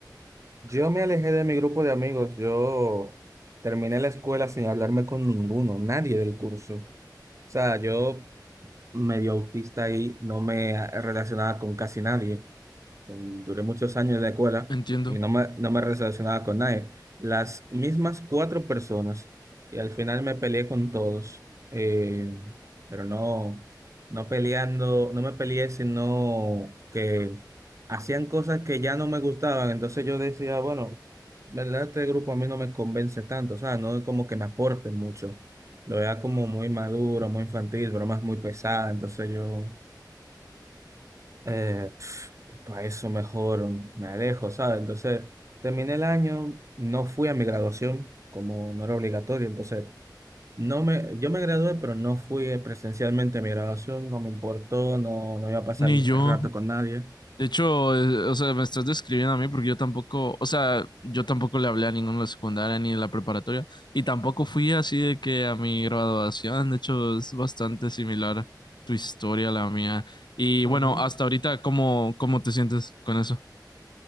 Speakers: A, on the right; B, on the left.
A: Yo me alejé de mi grupo de amigos. Yo terminé la escuela sin hablarme con ninguno, nadie del curso. O sea, yo medio autista ahí, no me relacionaba con casi nadie. Duré muchos años en la escuela
B: Entiendo.
A: y no me, no me relacionaba con nadie. Las mismas cuatro personas y al final me peleé con todos, eh, pero no, no peleando, no me peleé, sino que hacían cosas que ya no me gustaban. Entonces yo decía, bueno, ¿verdad? Este grupo a mí no me convence tanto, o sea, no es como que me aporten mucho. Lo veía como muy maduro, muy infantil, bromas muy pesadas. Entonces yo eh, para eso mejor me alejo, ¿sabes? Entonces, terminé el año, no fui a mi graduación, como no era obligatorio, entonces, no me, yo me gradué, pero no fui eh, presencialmente a mi graduación, no me importó, no, no iba a pasar
B: Ni yo.
A: rato con nadie.
B: De hecho, eh, o sea, me estás describiendo a mí porque yo tampoco, o sea, yo tampoco le hablé a ninguno de la secundaria ni de la preparatoria y tampoco fui así de que a mi graduación. De hecho, es bastante similar tu historia a la mía. Y
A: Ujú.
B: bueno, hasta ahorita, ¿cómo, cómo te sientes con eso?